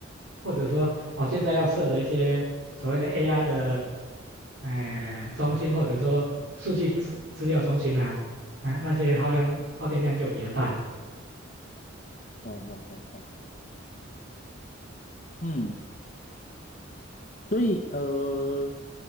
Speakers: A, on the right; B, on the left.
A: 或者说哦，现在要设的一些所谓的 AI 的。哎、中心或者说数据资资料中心啊，啊、那些耗量耗电量就比较大。
B: 哦哦哦哦，嗯，所以呃，